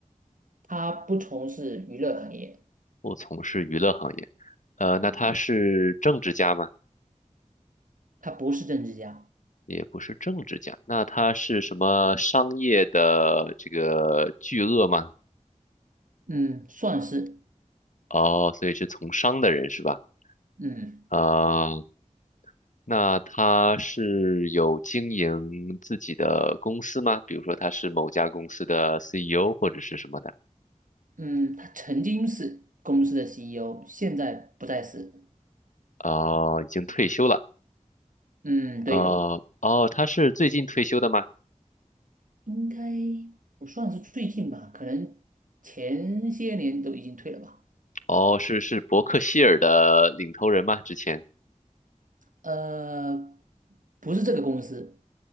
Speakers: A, on the right; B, on the left.
A: 他不从事娱乐行业，
B: 不从事娱乐行业。呃，那他是政治家吗？
A: 嗯，他不是政治家，
B: 也不是政治家，那他是什么商业的这个巨鳄吗？
A: 嗯，算是，
B: 哦，所以是从商的人是吧？
A: 嗯
B: 啊，那他是有经营自己的公司吗？比如说他是某家公司的 CEO 或者是什么的？
A: 嗯，他曾经是公司的 CEO，现在不再是，
B: 哦，已经退休了。
A: 嗯，对，
B: 呃，哦，他是最近退休的吗？
A: 应该不算是最近吧，可能前些年都已经退了吧，
B: 哦，是是伯克希尔的领头人吗？之前，
A: 呃，不是这个公司，